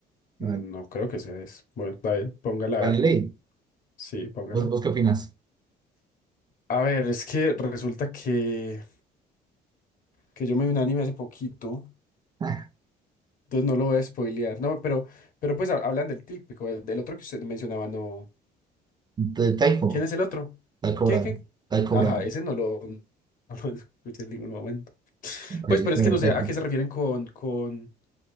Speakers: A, on the left; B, on the right.
A: no
B: A ver,
A: creo que sea eso. Bueno, está bien, póngala
B: Galilei.
A: a ver. Sí, póngala.
B: ¿Vos, vos qué opinas?
A: A ver, es que resulta que, que yo me vi un anime hace poquito,
B: Ah,
A: entonces no lo voy a spoilear. No, pero, pero pues ha- hablan del típico, del, del otro que usted mencionaba, no.
B: De Taiko,
A: ¿Quién es el otro?
B: Taiko
A: ¿Quién,
B: Bravo,
A: quién?
B: Taiko
A: Ajá,
B: Bravo.
A: ese
B: <laughs>
A: no lo, <laughs> no lo escuché en ningún momento.
B: Ok,
A: Pues, pero
B: bueno,
A: es que no sé
B: Taiko.
A: a qué se refieren con, con,